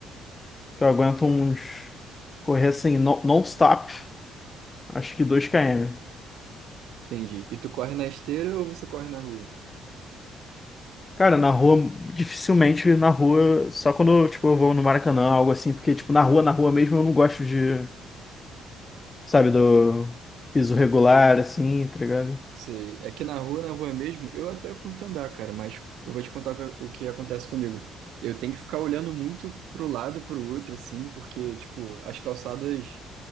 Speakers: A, on the left; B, on the right.
A: que eu aguento uns correr assim no- non-stop, acho que 2 km.
B: Entendi. E tu corre na esteira ou você corre na rua?
A: Cara, na rua, dificilmente na rua, só quando tipo eu vou no Maracanã, algo assim, porque tipo na rua, na rua mesmo eu não gosto de, sabe, do piso regular assim, tá ligado?
B: Você, é que na rua, na rua mesmo, eu até curto andar, cara, mas eu vou te contar o que acontece comigo. Eu tenho que ficar olhando muito pro lado e pro outro, assim, porque, tipo, as calçadas